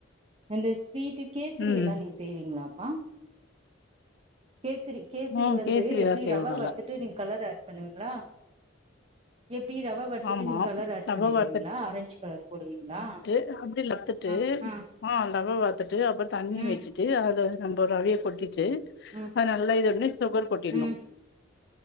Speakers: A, on the right (about 30°); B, on the left (about 55°).
A: அந்த ஸ்வீட்டு கேசரி
B: ம்
A: எல்லா நீங்க செய்வீங்ளா வா கேசரி கேசரி
B: ம்
A: வந்து
B: கேசரி
A: எப்டி
B: எல்லா செய்வோ
A: ரவ
B: நல்லா
A: வறுத்துட்டு நீங்க கலர ஏடு பண்ணுவீங்ளா எப் படி ரவ வறுத்துட்டு
B: ஆமா
A: நீங்க கலர் ஏட்
B: ரவா
A: பண்ணிடுவீங்ளா
B: வார்த்த
A: ஆரஞ்ச் கலர் போடுவீங்களா
B: ட்டு அப்டியே வறுத்துட்டு
A: ஆ ஆ
B: ஆஹ் ரவ வறுத்துட்டு அப்புறோ தண்ணி
A: ம்
B: வெச்சு ட்டு அத நம்ம ரவய கொட்டிட்டு
A: ம்
B: அஹ் நல்லா இத ஒண்ண சுகர் கொட்டிணு
A: ம்